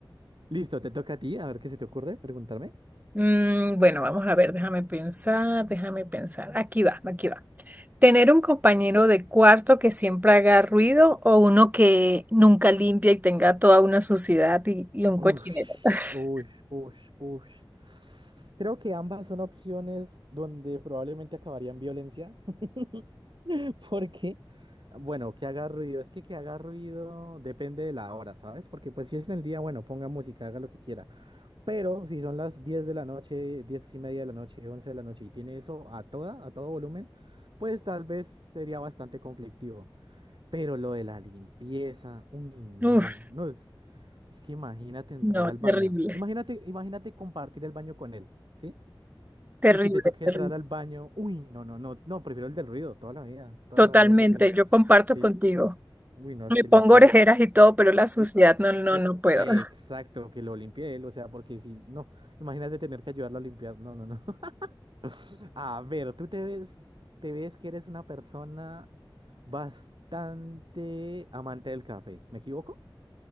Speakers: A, on the right; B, on the right.
A: Listo, te toca a ti, a ver qué se te ocurre preguntarme.
B: Mm, bueno, vamos a ver, déjame pensar, déjame pensar. Aquí va, aquí va. ¿Tener un compañero de cuarto que siempre haga ruido o uno que nunca limpia y tenga toda una suciedad y, y un
A: Ush,
B: cochinero? <laughs>
A: ush, ush, ush. Creo que ambas son opciones donde probablemente acabaría en violencia, <laughs> porque, bueno, que haga ruido, es que que haga ruido depende de la hora, ¿sabes? Porque pues si es en el día, bueno, ponga música, haga lo que quiera, pero si son las 10 de la noche, 10 y media de la noche, 11 de la noche y tiene eso a toda, a todo volumen, pues tal vez sería bastante conflictivo. Pero lo de la limpieza, uy, no,
B: Uf,
A: no, es que imagínate entrar
B: no,
A: al
B: terrible,
A: baño. Imagínate, imagínate compartir el baño con él, ¿sí?
B: terrible,
A: Y que te toque
B: terrible.
A: entrar al baño. Uy, no, no, no, no, prefiero el del ruido, toda la vida, toda
B: Totalmente,
A: la vida el del ruido.
B: yo comparto
A: Sí,
B: contigo.
A: uy, no, es
B: Me
A: que
B: pongo
A: limpiar.
B: orejeras y todo, pero la suciedad
A: eh,
B: no, no,
A: eh,
B: no puedo.
A: eh,
B: <laughs>
A: exacto, que lo limpie él, o sea, porque si, no, imagínate tener que ayudarlo a limpiar. No, no, no. <laughs> A ver, tú te ves, te ves que eres una persona bastante amante del café, ¿me equivoco?